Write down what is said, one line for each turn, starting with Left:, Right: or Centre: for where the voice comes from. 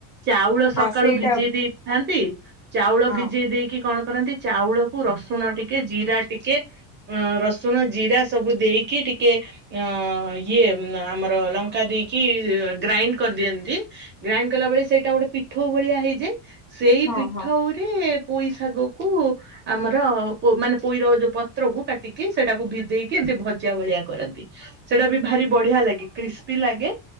Right: ଚାଉଳ
Left: ହଁ
Right: ସକାଳୁ
Left: ସେଇଟା
Right: ଭିଜେଇ ଦେଇଥାନ୍ତି। ଚାଉଳ
Left: ହଁ
Right: ଭିଜେଇ ଦେଇକି କଣ? କରନ୍ତି ଚାଉଳକୁ ରସୁଣ ଟିକେ ଜିରା ଟିକେ ଅ ରସୁଣ ଜିରା ସବୁ ଦେଇକି ଟିକେ ଟେ ଅ ଇଏ ଆମର ଲଙ୍କା ଦେଇକି ଗ୍ରାଇଣ୍ଡ କରିଦିଅନ୍ତି। ଗ୍ରାଇଣ୍ଡ କଲା ବଳେ ସେଇଟା ଗୋଟେ ପିଠ ଭଳିଆ ହେଇଯାଏ। ସେଇ
Left: ହଁ
Right: ପିଠଉରେ
Left: ହଁ
Right: ପୋଇ ଶାଗ କ ଆମର ମାନେ ପୋଇର ଯୋଉ ପତ୍ର କୁ କାଟିକି ସେଇଟାକୁ ଭ ଦେଇେଇକି ଏମିତି ଭଜା ଭଳିଆ। କରନ୍ତି ସେଟା ବି ଭାରି ବଢିଆ ଲାଗେ କ୍ରିସ୍ପି ଲାଗେ